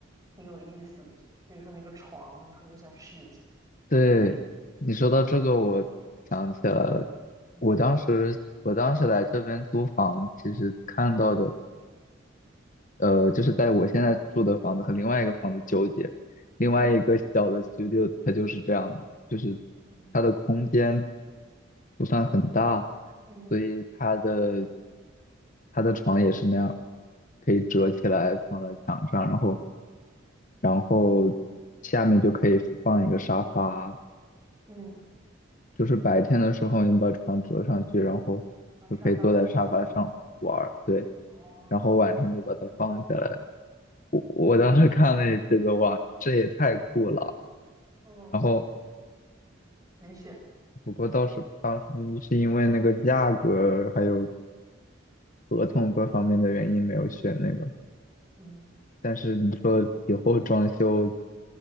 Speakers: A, on the right (about 20°); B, on the left (about 40°).
A: 挺有意思的，比如说那个床，我特别想试一下。
B: 对，你说到这个，我想起来了。
A: 嗯
B: 我当时我当时来这边租房，其实看到的。呃，就是在我现在住的房子和另外一个房子纠结，另外一个小的
A: 嗯
B: studio 它就是这样的，就是
A: 嗯
B: 它的空间不算很大，
A: 嗯
B: 所以它的它的床也是那样，可以折起来放在墙上，
A: 嗯
B: 然后然后下面就可以放一个沙发，
A: 嗯
B: 就是白天的时候你把床折上去，然后就可以坐在沙发上玩儿，
A: 嗯，把沙发拖出来。
B: 对，
A: 哦，
B: 然后晚上就把它放下来。我当时看了也觉得哇，
A: 嗯
B: 这也太酷了。
A: 哦，
B: 然后
A: 没选。
B: 不过倒是当时是因为那个价格还有合同各方面的原因没有选那个，
A: 嗯，
B: 但是你说以后装修